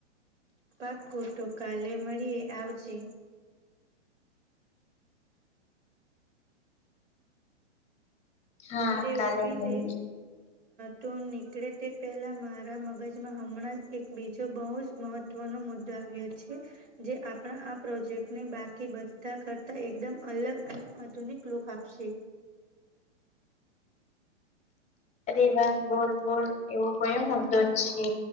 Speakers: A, on the right; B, on the left.
A: પાકો તોો કાલેે મળીએ આવજે.
B: હા
A: અરે
B: કાલે
A: ઉભી
B: મારી.
A: રે તું નીકળે તે પહેલાં મારા મગજમાં હમણાં એક બીજો બહુ જ મહત્વ. મહત્વનો મુદ્દો આવ્યો છે. જે આપણા આ પ્રોજેક્ટને બાકી બધા કરતા એકદમ અલગ અને. આધુનિક લોક આપશે.
B: અરે વા બોલ બોલ એવો કો એમ મુદ્દો જ છે.